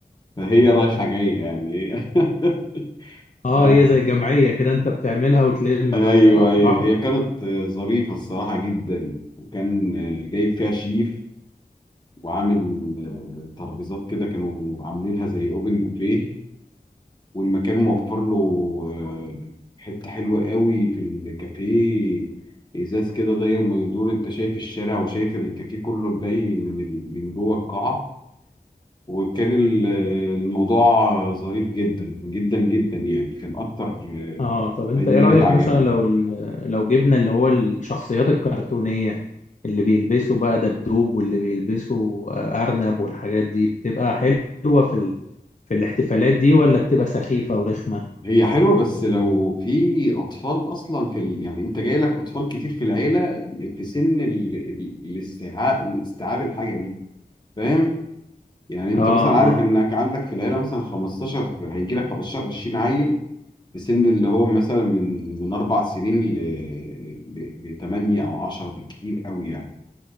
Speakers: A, on the left; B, on the left.
A: فهي رايحة جاية يعني <laughs>
B: اه
A: إيه
B: هي زي جمعيه كده انت بتعملها وتلم
A: ايوه
B: بقى زي الافراح
A: ايوه هي
B: والكلام
A: كانت آه، ظريفه الصراحه جدا وكان آه، جايب فيها شيف وعامل آه، ترابيزات كده كانوا عاملينها زي اوبن بوفيه والمكان موفر له آه، حته حلوه قوي في الكافيه ازاز كده داير ما يدور انت شايف الشارع وشايف الكافيه كله الباقي من ال- من جوه القاعه وكان ال- آه، الموضوع ظريف جدا جدا جدا يعني كان اكتر آه،
B: اه طب انت
A: عيد
B: ايه
A: ميلاد
B: رأيك
A: عجبني
B: مثلا لو ال... لو جبنا اللي هو الشخصيات الكرتونية اللي بيلبسوا بقى دبدوب واللي بيلبسوا آه، أرنب والحاجات دي بتبقى حلوة في ال... في الاحتفالات دي ولا بتبقى سخيفة ورخمة؟
A: هي حلوة بس لو في أطفال أصلا في ال... يعني أنت جاي لك أطفال كتير في العيلة في سن ال... ال- الاستيعاب الاستيعاب الحاجة دي فاهم؟ يعني أنت
B: اه
A: مثلا عارف
B: اه
A: إنك عندك في العيلة مثلا 15 هيجي لك 15 20 عيل في سن اللي هو مثلا من من أربع سنين ل ل... ل 8 أو 10 بالكتير قوي يعني